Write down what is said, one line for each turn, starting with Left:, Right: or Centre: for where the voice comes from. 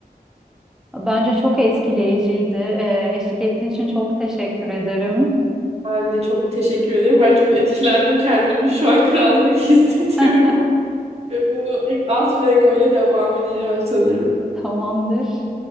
Centre: Bence çok etkileyiciydi. Ee, eşlik ettiğin için çok teşekkür ederim.
Right: Ben de çok teşekkür ederim. Ben çok etkilendim. Kendimi şu an kral gibi <laughs> hissediyorum.
Centre: <laughs>
Right: Ve bu alt Lego ile devam edeceğim sanırım.
Centre: Tamamdır.